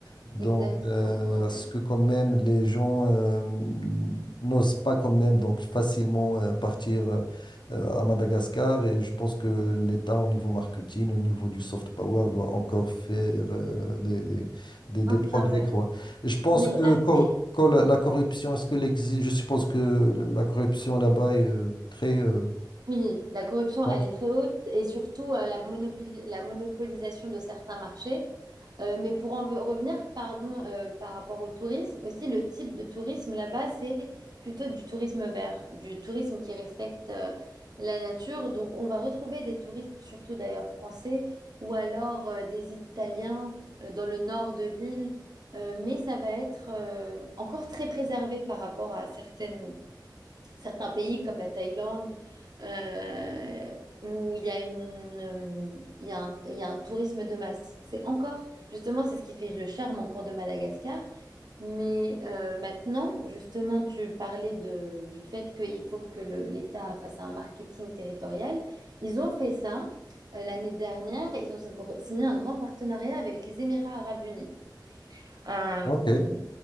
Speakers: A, on the left; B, on the right.
A: Donc,
B: exactement.
A: euh, à ce
B: ouais.
A: que quand même les gens euh, n'osent pas quand même donc facilement euh, partir euh, euh, à Madagascar. Et je pense que l'État, au niveau marketing, au niveau du soft power, doit encore faire euh, des, des, des-
B: Un
A: des progrès,
B: travail.
A: quoi. Je pense
B: Mais
A: que
B: après,
A: cor- quand la la corruption, est-ce que l'exi- Je suppose que la corruption là-bas est euh, très... euh,
B: oui, la corruption,
A: grande.
B: elle est très haute et surtout euh, la, monopoli- la monopolisation de certains marchés. Euh, mais pour en ve- revenir, pardon, euh, par rapport au tourisme, aussi le type de tourisme là-bas, c'est plutôt du tourisme vert, du tourisme qui respecte euh, la nature. Donc, on va retrouver des touristes, surtout d'ailleurs français, ou alors euh, des Italiens euh, dans le nord de l'île. Euh, mais ça va être euh, encore très préservé par rapport à certaines certains pays comme la Thaïlande, euh, où il y a une, euh, il y a un, il y a un tourisme de masse. C'est encore, justement, c'est ce qui fait le charme encore de Madagascar. Mais euh, maintenant, justement, tu parlais de- du fait qu'il faut que le- l'État fasse un marketing territorial. Ils ont fait ça euh, l'année dernière. Ils ont signé un grand partenariat avec les Émirats arabes unis euh,
A: Ok.